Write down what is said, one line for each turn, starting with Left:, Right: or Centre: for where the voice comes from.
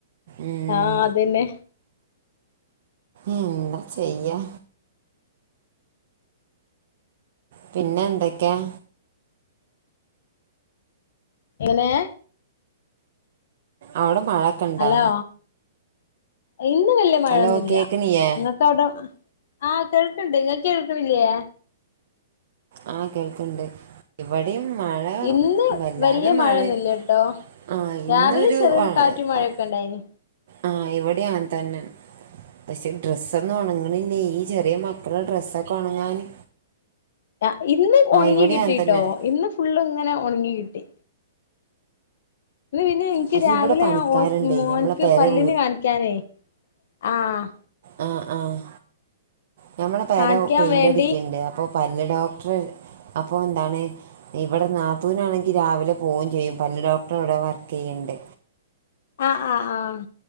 Right: ഉം
Left: ആഹ് അതന്നെ
Right: എന്താ ചെയ്യാ പിന്നെന്തൊക്കെയാ
Left: എങ്ങനേ
Right: അവിടെ മഴ ഒക്കെ ഉണ്ടോ
Left: ഹലോ ഇന്നു വലിയ മഴയൊന്നില്ല
Right: ഹലോ കേൾക്കണിയേ
Left: നിങ്ങട് തട ആഹ് കേൾക്കണ്ട് ഇങ്ങൾക്ക് കേൾക്കുന്നില്ലിയോ
Right: ആഹ് കേൾക്കണ്ട് ഇവിടെയും മഴ
Left: ഇന്ന്
Right: വല്ലാതെ
Left: വല്യ
Right: മഴയ്
Left: മഴയൊന്നുല്ല ട്ടോ
Right: ആഹ് ഇന്നൊരു
Left: രാവിലെ ചെറിയൊരു
Right: ആഹ്
Left: കാറ്റും മഴയൊക്കെ
Right: ആഹ്
Left: ഉണ്ടായിന്
Right: ആഹ് ഇവിടെം അങ്ങനതന്നെ പക്ഷെ ഡ്രസ്സൊന്നും ഒണങ്ങണില്ലേ ഈ ചെറിയ മക് ക്കടെഡ്രസ്സൊക്കെ ഒണങ്ങാന്
Left: ആഹ് ഇന്ന് ഒണങ്ങി
Right: ഇവിടെ
Left: കിട്ടീട്ടോ
Right: അങ്ങനെ തന്നെയാണ്
Left: ഇന്ന് ഫുള്ളിങ്ങനെ ഒണങ്ങി കിട്ടി ഇന്നു പിന്നെ എനിക്ക്
Right: പക്ഷെ
Left: രാവിലെ
Right: ഇവിടെ പണിക്കാരുണ്ടേ
Left: അഹ് ഹോസ്പി മോൻക്ക്
Right: നമ്മളെ പെര
Left: പല്ലിനെ
Right: വീ
Left: കാണിക്കാനേ ആഹ്
Right: ആഹ് ആഹ് ഞമ്മളെ പേര
Left: കാണിക്കാൻ
Right: പെയിന്റ്ടിക്കിണ്ട്
Left: വേണ്ടി
Right: അപ്പ പല്ലു ഡോക്ടറെ അപ്പോ എന്താണ് ഇവിടെ നാത്തൂനാണെങ്കി രാവിലെ പോവുകേം ചെയ്യും പല്ലു ഡോക്ടർടവിടെ വർക്ക് ചെയ്യണ്ട്
Left: ആഹ് ആഹ് ആഹ്